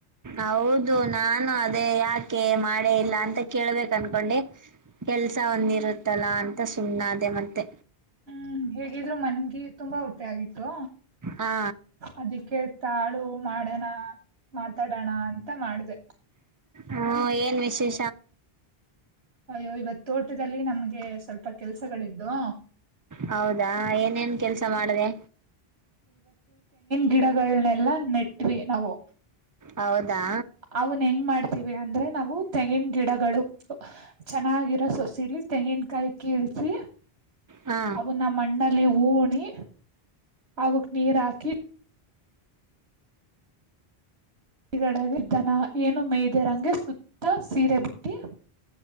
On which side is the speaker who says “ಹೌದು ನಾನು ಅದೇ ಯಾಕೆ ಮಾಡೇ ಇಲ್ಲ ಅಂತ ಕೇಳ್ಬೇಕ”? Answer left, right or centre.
Right